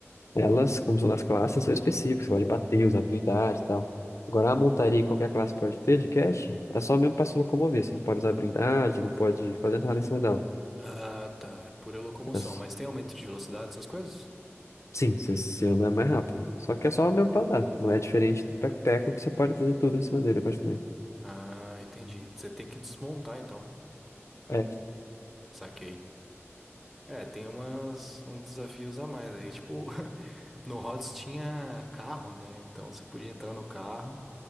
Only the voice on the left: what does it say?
elas, como são das classes, são específicas, você pode bater, usar habilidade e tal. Agora, a montaria que qualquer classe pode ter de cash é só mesmo para se locomover. Você não pode usar habilidade, não pode fazer nada em cima dela.
É s-
sim, você, você anda mais rápido. Só que é só mesmo para andar. Não é diferente do Peco-Peco que você pode fazer tudo em cima dele, praticamente.
É,